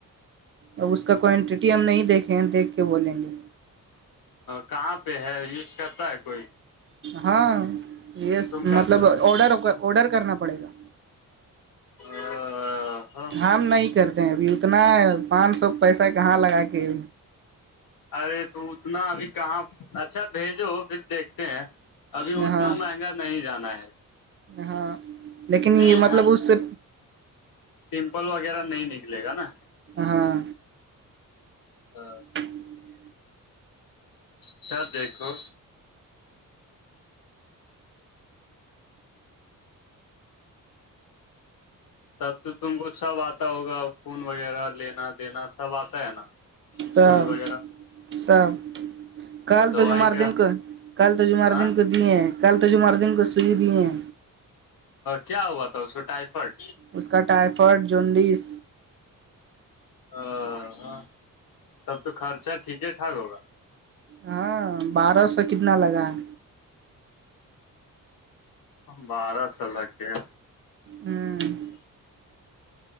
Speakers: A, on the right (about 35°); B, on the left (about 80°).
A: اب اس کا کوانٹیٹی ہم نہیں دیکھے ہیں دیکھ کے بولیں گے
B: کہاں پہ ہے یوز کرتا ہے کوئی
A: ہاں یہ
B: تم کا
A: مطلب آڈر آڈر کرنا پڑے گا
B: اہہہہ ہاں
A: ہم نہیں کرتے ہیں ابھی اتنا پانچ سو پیسہ کہاں لگا کے
B: ارے تو اتنا ابھی کہاں اچھا بھیجو پھر دیکھتے ہیں ابھی
A: ہاں
B: اتنا مہنگا نہیں جانا ہے
A: ہاں لیکن
B: نہیں
A: یہ مطلب
B: ہاں
A: اس سے
B: پمپل وغیرہ نہیں نکلے گا نا
A: ہاں
B: ہاں
A: <inaudible>
B: اچھا دیکھو تب تو تم کو سب آتا ہوگا فون وغیرہ لینا دینا سب آتا ہے نا
A: سب
B: سوئی وغیرہ
A: سب کل
B: اور دوائی
A: تو جمار
B: کا
A: دن کو کل تو جمار
B: ہاں
A: دن کو دی ہیں کل تو جمر دن کو سوئی دی ہیں
B: کیا ہوا تھا اسکو ٹائیفائڈ
A: اس کا ٹائیفائڈ جونڈس
B: ا ہاں تب تو خرچہ ٹھیک ہے ٹھاک ہوگا
A: ہاں بارہ سو کتنا لگا ہے
B: بارہ سال کیا
A: ہمممم